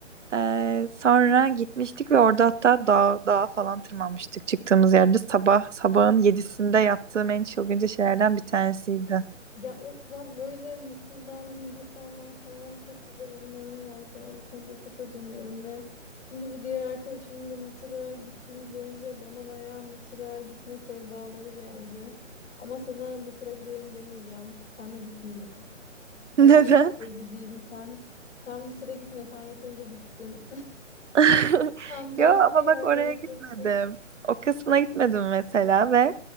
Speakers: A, on the right; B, on the left.
A: Ee, sonra gitmiştik ve orada hatta dağ, dağa falan tırmanmıştık çıktığımız yerde. Sabah, sabahın
B: hı.
A: yedisinde yaptığım en çılgınca şeylerden bir tanesiydi.
B: Ya of bak böyle Mısır'dan, Hindistan'dan falan çok güzel anılarım var sana. Bu konuda çok özeniyorum ve şimdi bu diğer arkadaşımın da Mısır'a gittiğini görünce bana bayağı Mısır'a gitme sevdaları geldi. Ama sana Mısır'a gidelim demeyeceğim. Sen de gitmeyeceğim.
A: <laughs>
B: Başka
A: Neden?
B: bir yere gideyim. Sen, sen Mısır'a gitme. Sen yeterince gittin. <laughs>
A: <laughs>
B: Sen başka
A: Yo ama
B: yerler
A: bak oraya gitmedim.
B: keşke.
A: O kısmına gitmedim mesela ve